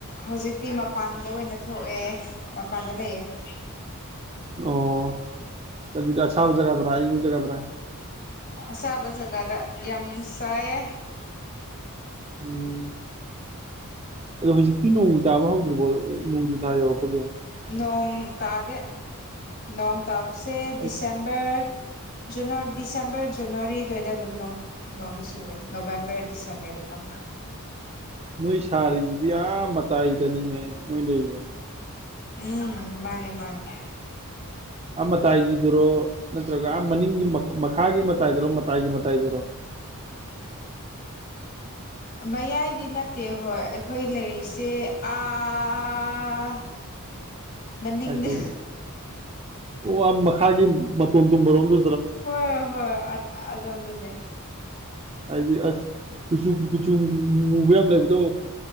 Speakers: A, on the left; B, on the right.
A: ꯍꯧꯖꯤꯛꯇꯤ ꯃꯄꯥꯟꯗ ꯑꯣꯏꯅ ꯊꯣꯛꯑꯦ ꯃꯄꯥꯟꯗ ꯂꯩꯌꯦ <inaudible>
B: ꯑꯣ ꯑꯗꯨꯗꯤ ꯑꯁꯥꯕ ꯖꯒꯥꯗꯔꯥ ꯑꯏꯪꯕ ꯖꯒꯥꯗꯔꯥ
A: ꯑꯁꯥꯕ ꯖꯒꯥꯗ ꯌꯥꯝ ꯁꯥꯏꯌꯦ
B: ꯎꯝ ꯑꯗꯣ ꯍꯧꯖꯤꯛꯇꯤ ꯅꯣꯡ ꯇꯥꯕ ꯍꯧꯗ꯭ꯔꯤꯕꯣ ꯅꯣꯡꯖꯨ ꯊꯥ ꯌꯧꯔꯛꯄꯒꯤ
A: ꯅꯣꯡ ꯇꯥꯗꯦ ꯅꯣꯡ ꯇꯥꯕꯁꯦ
B: ꯑꯩ
A: ꯗꯤꯁꯦꯝꯕꯔ ꯖꯅꯋꯥ ꯗꯤꯁꯦꯝꯕꯔ ꯖꯅꯋꯥꯔꯤ ꯗꯨꯋꯥꯗ ꯑꯗꯨꯝ ꯅꯣꯡꯗꯤ ꯁꯨꯋꯦ ꯅꯣꯕꯦꯝꯕꯔ ꯗꯤꯁꯦꯝꯕꯔꯗꯨ <inaudible>
B: ꯅꯣꯏ ꯁꯥꯔꯤꯁꯤꯗꯤ ꯌꯥꯝ ꯃꯇꯥꯏꯗꯅꯤꯅꯦ ꯅꯣꯏ ꯂꯩꯔꯤꯁꯦ
A: ꯎꯝ ꯃꯥꯅꯦ ꯃꯥꯅꯦ
B: ꯑꯥ ꯃꯇꯥꯏꯒꯤꯗꯨꯔꯣ ꯅꯠꯇ꯭ꯔꯒ ꯑꯥ ꯃꯅꯤꯡꯒꯤ ꯃꯈꯥꯒꯤ ꯃꯇꯥꯏꯗꯨꯔꯣ ꯃꯇꯥꯏꯒꯤ ꯃꯇꯥꯏꯗꯨꯔꯣ
A: ꯃꯌꯥꯏꯗꯤ ꯅꯠꯇꯦ ꯍꯣꯏ ꯑꯩꯈꯣꯏ ꯂꯩꯔꯤꯁꯦ ꯑꯥ ꯃꯅꯤꯡꯗ
B: ꯍꯥꯏꯗꯤ ꯑꯣ ꯃꯈꯥꯒꯤ ꯃꯇꯣꯟ ꯗꯨꯝ ꯕꯔꯣꯟꯗꯨ
A: ꯍꯣꯏ ꯍꯣꯏ ꯑꯗꯣ ꯑꯗꯣꯟꯗꯅꯦ
B: ꯑꯩꯗꯤ ꯑꯁ ꯀꯨꯆꯨ ꯀꯨꯆꯨ ꯃꯨꯕ ꯌꯥꯝ ꯂꯩꯕꯗꯣ